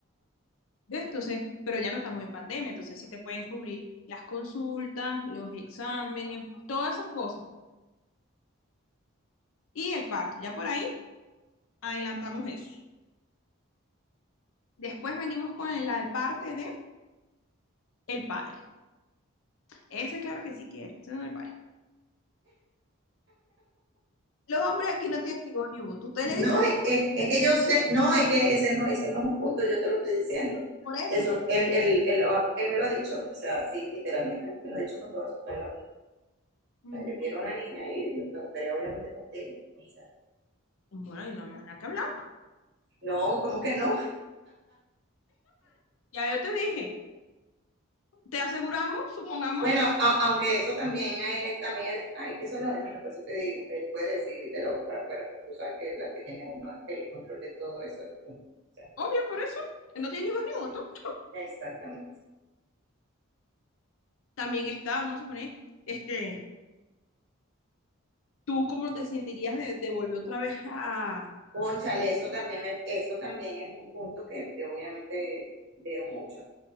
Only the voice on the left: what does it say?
¿Ves? Entonces, pero ya no estamos en pandemia, entonces sí te pueden cubrir las consultas, los exámenes, todas esas cosas. Y el parto, ya por ahí adelantamos eso. Después venimos con la parte de el padre. Ese claro que sí quiere, ese no es el padre. Los hombres aquí no tienen ni voz ni voto. Usted
le dice
por eso.
Mm,
Bueno, y no hay más nada que hablar.
Ya yo te dije, te aseguramos, supongamos,
obvio por eso, que no tiene ni voz ni
voto. <laughs>
También está, vamos a suponer, este, ¿tú cómo te sentirías de, de volver otra vez a...